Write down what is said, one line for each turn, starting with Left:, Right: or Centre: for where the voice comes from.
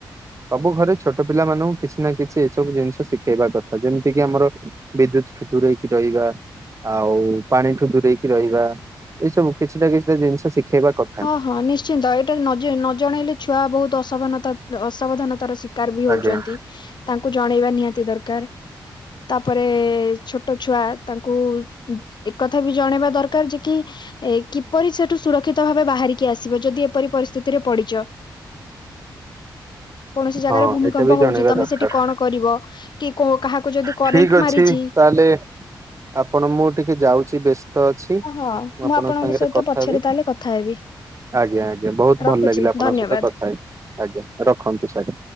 Right: ସବୁ ଘରେ ଛୋଟ ପିଲା ମାନଙ୍କୁ କିଛି ନା କିଛି ସବୁ ଜିନିଷ ଶିଖେଇବା କଥା ଯେମିତି କିି ଆମର ବିଦ୍ୟୁତ୍ ଠୁ ଦୁରେଇ କି ରହିବା। ଆଉ ପାଣିଠୁ ଦୂରେଇକି ରହିବା ଏଇ ସବୁ କିଛିଟା କିଛିଟା ଜିନିଷ ଶିଖେଇବା। କଥା
Left: ହଁ ହଁ ନିଶ୍ଚିନ୍ତ ଏଇଟା ନ ଜ ଜଣେଇଲେ ଛୁଆ ବହୁତ ଅସାବନତା ଅସାବଧାନତାର ଶି କାର ବି ହଉଛନ୍ତି
Right: ଆଜ୍ଞା
Left: ତାଙ୍କୁ ଜଣେଇବା ନିହାତି ଦରକାର ତାପରେ ସେ ଛୋଟ ଛୁଆ ତାଙ୍କୁ ଏକଥା ବି ଜଣେଇବା ଦରକାର ଯେ କି ଏଇ କିପରି ସେଠୁ ସୁରକ୍ଷିତ ଭାବେ ବାହାରିକି ଆସିବେ ଯଦି ଏପରି ପରିସ୍ଥିତିରେ ପଡିଛ। କୌଣସି ଜାଗାରେ
Right: ହଁ
Left: ଭୂମିକମ୍ପ
Right: ଏଇଟା ବି ଜଣେଇବା
Left: ହଉଛି ତମେ
Right: ଦରକାର।
Left: ସେଠି କଣ କରିବ? କି କୋ କାହାକୁ ଯଦି
Right: ଠିକ
Left: କରେଣ୍ଟ୍
Right: ଅଛି
Left: ମାରିଛି
Right: ତାହେଲେ ଆପଣ ମୁଁ ଟିକେ ଯାଉଛି ବେସ ସ୍ତ ଅଛି ମୁଁ
Left: ହଁ ହଁ
Right: ଆପଣଙ୍କ ସାଙ୍ଗରେ
Left: ସହିତ
Right: କଥା
Left: ପଛରେ
Right: ହେବି।
Left: ତାହେଲେ କଥା ହେବି
Right: ଆଜ୍ଞା ଆଜ୍ଞା ବହୁତ
Left: ରଖୁଛି
Right: ଭଲ ଲାଗିଲା ଆପଣଙ୍କ
Left: ଧନ୍ୟବାଦ
Right: ସହିତ କଥା ହେଇକି ଆଜ୍ଞା ରଖନ୍ତୁ ସାର୍।